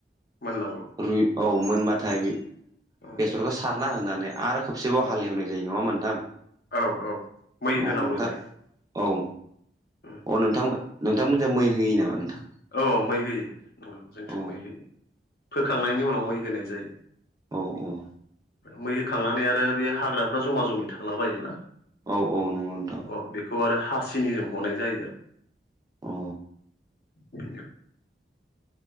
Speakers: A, on the left; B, on the right.
A: मोननांगौ
B: रुइ औ मोनबाथाय बे
A: उम
B: बेसरखौ सारना होनानै आरो खोबसेबाव हालेवनाय
A: ओ
B: जायो नङा होमब्ला नोंथां?
A: औ औ मै
B: औ
A: होनांगौ
B: नोंथां
A: जायो।
B: औ।
A: उम
B: अ नोंथां नोंथांमोनजों मै होयो नामा नोंथां?
A: औ मै होयो। नंगौ जोंथिं
B: औ
A: मै होयो। फोखांनायनि उनाव मै होनाय जायो।
B: औ औ।
A: मै होखांनानै आरो बे हाग्राफ्रा जमा जमि थाला बायोना।
B: औ औ नंगौ नोंथां।
A: अ बेखौ आरो हासिनिजों हनाय जायो आरो।
B: औ
A: <inaudible>